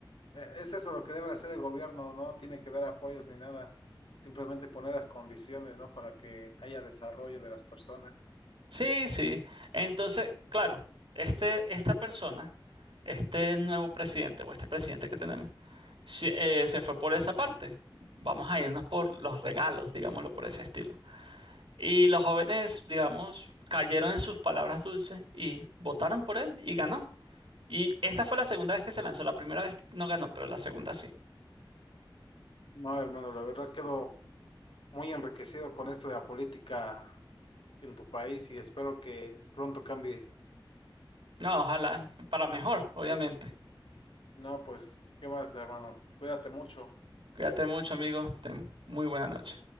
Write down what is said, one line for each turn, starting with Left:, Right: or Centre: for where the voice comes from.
Left: eh, es eso lo que debe hacer el gobierno, no tiene que dar apoyos ni nada, simplemente poner las condiciones, ¿no? Para que haya desarrollo de las personas.
Right: Sí, sí. Entonces, claro, este, esta persona, este nuevo presidente o este presidente que tenemos, se eh, se fue por esa parte. Vamos a irnos por los regalos, digámoslo por ese estilo. Y los jóvenes, digamos, cayeron en sus palabras dulces y votaron por él y ganó. Y esta fue la segunda vez que se lanzó. La primera vez no ganó, pero la segunda sí.
Left: No, hermano, la verdad quedo muy enriquecido con esto de la política en tu país y espero que pronto cambie.
Right: No, ojalá para mejor, obviamente.
Left: No, pues, ¿qué más, hermano? Cuídate mucho.
Right: Cuídate mucho, amigo. Ten muy buena noche.